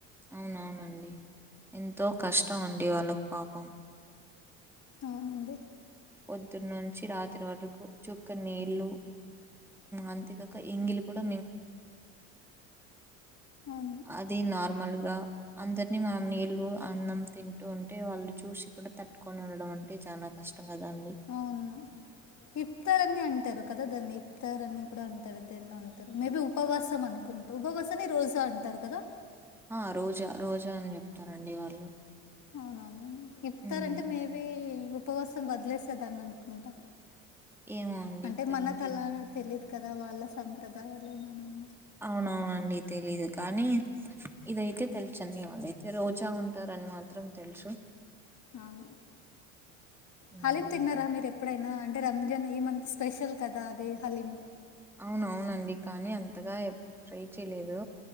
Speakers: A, in the centre; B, on the left.
A: అవునవునండి ఎంతో కష్టం అండి వాళ్ళకు పాపం
B: అవునండి
A: పొద్దున్న నుంచి రాత్రి వరకు చుక్క నీళ్లు అంతేగాక ఇంగిలి కూడా
B: అవును
A: అ న <unintelligible> గా అందరినీ మనం నిల్వు అన్నం తింటూ ఉంటే వాళ్ళు చూసి కూడా తట్టుకొని ఉండడం అంటే చాలా కష్టం కదా అండి
B: అవును ఇప్తారని అంటారు కదా దాన్ని ఇప్తారని కూడా అంటారు దేన్నో అంటారు మేబీ ఉపవాసం అనుకుంటా ఉపవాసాన్ని రోజా అంటారు కదా
A: ఆ రోజా రోజా అని చెప్తారండి వాళ్ళు
B: అవునవును ఇప్తారంటే
A: ఉమ్,
B: మేబీ ఉపవాసం వదిలేసేదాన్నీ అనుకుంటా
A: ఏమో అండి
B: అంటే
A: ఇస్తారంటే
B: మనకలా
A: నాకు
B: తెలీదు కదా వాళ్ళ సంప్రదాయాల ఏమని
A: అవునవునండి తెలీదు కానీ ఇదయితే తెలుచండి అయితే రోజా ఉంటారు ని మాత్రం తెలుసు
B: అవును
A: ఉమ్,
B: హాలిం తిన్నారా మీరు ఎ ఎప్పుడైనా అంటే రంజన్ ఈ మంత్ స్పెషల్ కదా అది హలీం
A: అవునవునండి కానీ అంతగా ఎప్పుడు ట్రై చేయలేదు